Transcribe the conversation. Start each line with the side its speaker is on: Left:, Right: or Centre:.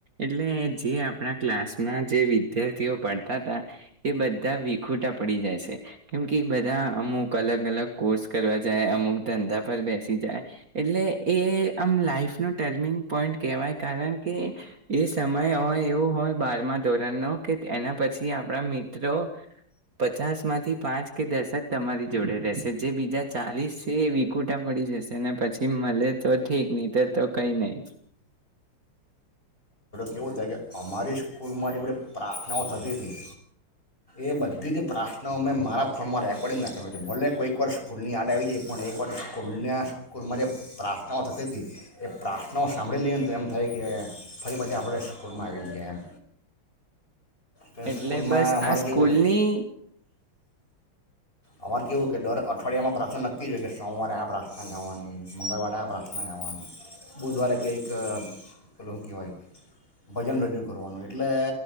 Right: એટલે જે આપણા ક્લાસમાં જે વિદ્યાર્થીઓ ભણતા હતા ને એ બધા વિખૂટા પડી જાય છે, કેમ કે બધા અમુક અલગ અલગ કોર્સ કરવા જાય, અમુક ધંધા પર બેસી જાય. એટલે, એ આમ લાઈફનો ટર્નિંગ પોઈન્ટ કહેવાય, કારણ કે એ સમય હોય એવો હોય, બારમા ધોરણનો, કે એના પછી આ મિત્રો પચાસ માંથી પાંચ કે દસક તમારી જોડે રેહશે. જે બીજા ચાલીસ છે, એ વિકુટા પડી જશે ને. પછી મળે તો ઠીક, તો કંઈ નઈ.
Left: કેવું થાય કે, અમારી સ્કૂલમાં જે બધી પ્રાર્થનાઓ થતી હતી, એ બધી જ પ્રાર્થનાઓ મેં મારા ફોનમાં રેકોર્ડિંગ. ભલે કોઈક વાર સ્કૂલની યાદ આવી જાય, પણ એકવાર સ્કૂલના સ્કૂલમાં જે પ્રાર્થનાઓ થતી હતી, એ પ્રાર્થનાઓ સાંભળી લઈએ ને, તો એમ થાય કે ફરી પછી, આપણે સ્કૂલમાં આવી ગયા એમ ને
Right: એટલે
Left: સ્કૂલમાં
Right: બસ
Left: અમારે
Right: આ સ્કૂલની
Left: કે અમારે કેવું કે, દર અઠવાડિયામાં પ્રાર્થના નક્કી જ હોય કે, સોમવારે આ પ્રાર્થના ગાવાની, મંગળવારે આ પ્રાર્થના ગાવાની, બુધવારે કઈક પેલું કહેવાય, ભજન રજૂ કરવાનું. એટલે